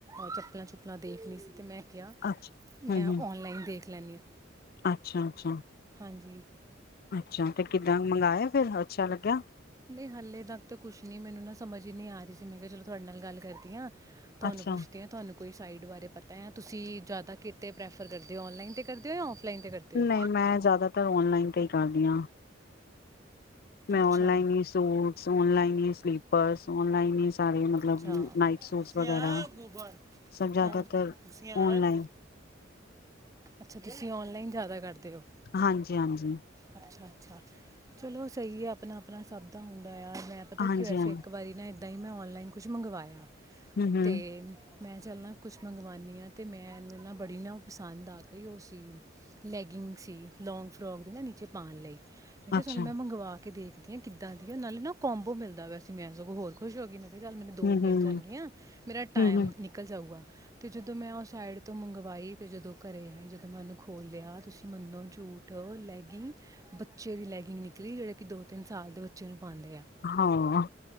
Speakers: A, on the right; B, on the left.
A: ਅ ਚੱਪਲਾਂ-ਚੁੱਪਲਾਂ ਦੇਖਣੀ ਸੀ, ਤੇ ਮੈਂ ਕਿਆ,
B: ਅੱਛਾ
A: ਮੈਂ
B: ਹੂੰ ਹੂੰ
A: ਔਨਲਾਈਨ ਦੇਖ ਲੈਣੀ ਆਂ।
B: ਅੱਛਾ ਅੱਛਾ।
A: ਹਾਂਜੀ।
B: ਅੱਛਾ, ਤੇ ਕਿੱਦਾਂ ਮੰਗਾਯੈ ਫੇਰ ਅੱਛਾ ਲੱਗਿਆ।
A: ਨਹੀਂ ਹਾਲੇ ਤੱਕ ਤੇ ਕੁਛ ਨੀ ਮੈਨੂੰ ਨਾ ਸਮਝ ਹੀ ਨੀ ਆ ਰੀ ਸੀ ਮੈਂ ਕਿਆ ਚਲੋ ਤੁਹਾਡੇ ਨਾਲ ਗੱਲ ਕਰਦੀ ਆਂ। ਤੁਹਾਨੂੰ
B: ਅੱਛਾ
A: ਪੁੱਛਦੀ ਆਂ, ਤੁਹਾਨੂੰ ਕੋਈ ਸਾਈਡ ਬਾਰੇ ਪਤੈ, ਤੁਸੀਂ ਜੈਦਾ ਕਿਤੇ ਪ੍ਰੈਫਰ ਕਰਦੇ ਔ ਔਨਲਾਈਨ ਤੇ ਕਰਦੇ ਹੋ ਜਾਂ ਆਫਲਾਈਨ ਤੇ ਕਰਦੇ ਹੋ
B: ਨਹੀਂ ਮੈਂ ਜੈਦਾਤਰ ਔਨਲਾਈਨ ਤੇ ਈ ਕਰਦੀ ਆਂ। ਮੈਂ
A: ਅੱਛਾ
B: ਔਨਲਾਈਨ ਹੀ ਸੂਟਸ, ਔਨਲਾਈਨ ਹੀ ਸਲੀਪਰਸ ਔਨਲਾਈਨ ਈ ਸਾਰੇ ਮਤਲਬ
A: ਅੱਛਾ
B: ਨਾਈਟ
A: ਤੁਸੀਂ
B: ਸੂਟਸ ਵਗੈਰਾ,
A: ਆਇਆ ਗੁਬਰ
B: ਸਭ ਜੈਦਾਤਰ
A: ਔਰ- ਤੁਸੀਂ ਆਇਆ
B: ਔਨਲਾਈਨ।
A: ਗੁ- ਅੱਛਾ, ਤੁਸੀਂ ਔਨਲਾਈਨ ਜੈਦਾ ਕਰਦੇ ਓ
B: ਹਾਂਜੀ, ਹਾਂਜੀ,
A: ਅੱਛਾ ਅੱਛਾ। ਚਲੋ ਸਹੀ ਹੈ ਅਪਣਾ ਅਪਣਾ ਸਭ ਦਾ ਹੁੰਦ ਦੈ, ਯਾਰ ਮੈਂ ਪਤਾ
B: ਹਾਂਜੀ,
A: ਕੀ ਹੋਯਾ
B: ਹਾਂਜੀ,
A: ਸੀ ਏਕ ਵਾਰੀ ਨਾ ਏ ਆਨਲਾਈਨ ਔਨਲਾਈਨ ਕੁਛ ਮੰਗਵਾਇਆ
B: ਹੂੰ, ਹੂੰ,
A: ਤੇ ਮੈਂ ਚੱਲ ਨਾ ਕੁਛ ਮੰਗਵਾਦੀ ਹਾਂ ਅਤੇ ਮੈਨੂੰ ਨਾ ਬੜੀ ਨਾ ਉਹ ਪਸੰਦ ਆ ਗਈ ਉਹ ਸੀ ਲੈਗਿੰਗ ਸੀ ਲੌਂਗ ਫਰੋਕ ਦੀ ਨਾ ਨੀਚੇ ਪਾਣ ਲਈ ਮੈਂ ਕਿਹਾ
B: ਅੱਛਾ,
A: ਚੱਲ ਮੈਂ ਮੰਗਵਾ ਦੇਖਦੀ ਹਾਂ ਕਿੱਦਾਂ ਦੀ ਨਾਲੇ ਨਾ ਕੋਬੋ ਮਿਲਦਾ ਵਾ ਅਸੀ ਮੈਂ ਸਗੋਂ ਹੋਰ ਖੁਸ਼ ਹੋ ਗਈ ਮੈਂ ਚੱਲ ਮੈਨੂੰ ਦੋ
B: ਹੂੰ,
A: ਮਿਲ
B: ਹੂੰ,
A: ਜਾਣਗੀਆਂ ਮੇਰਾ ਟਾਈਮ
B: ਹੂੰ, ਹੂੰ,
A: ਨਿਕਲ ਜਾਊਗਾ ਤੇ ਜਦੋਂ ਮੈਂ ਉਹ ਸਾਈਡ ਤੋਂ ਮੰਗਵਾਈ ਤੇ ਜਦੋਂ ਘਰ ਆਈ ਜਦੋਂ ਮੈਂ ਉਹਨੂੰ ਖੋਲ੍ਹ ਲਿਆ ਤੁਸੀਂ ਮੰਨੋ ਝੂਠ ਲੈਗਿੰਗ ਬੱਚੇ ਦੀ ਲੈਗਿੰਗ ਨਿਕਲੀ ਜਿਹੜੇ ਕਿ ਦੋ ਤਿੰਨ ਸਾਲ ਦੇ ਬੱਚੇ ਨੂੰ ਪਾਉਂਦੇ ਆ
B: ਹਾਂ